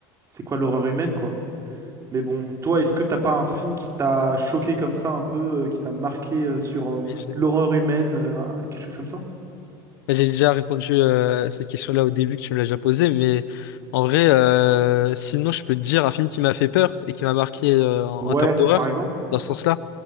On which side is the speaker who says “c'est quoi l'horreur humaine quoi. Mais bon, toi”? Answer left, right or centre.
Right